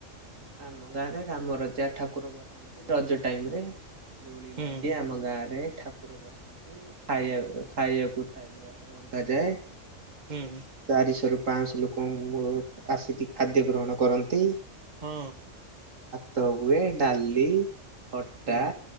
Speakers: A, on the right (about 80°); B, on the right (about 35°).
A: ଆମ ଗାଁରେ ରାମ ରଜା ଠାକୁର ବସାନ୍ତି ରଜ ଟାଇମ୍ ରେ। ଦୋଳି
B: ହୁଁ
A: ଲାଗେ ଆମ ଗାଁରେ ଠାକୁର ବସନ୍ତି ଖାଇବା ଖାଇବାକୁ ଥାଏ ରନ୍ଧାଯାଏ।
B: ହୁଁ
A: ଚାରିଶହରୁ ପାଂଶ ଲୋକ <unintelligible> ଆସିକି ଖାଦ୍ୟ ଗ୍ରହଣ କରନ୍ତି।
B: ହଁ।
A: ଭାତ ହୁଏ ଡାଲି, ଖଟା
B: ହୁଁ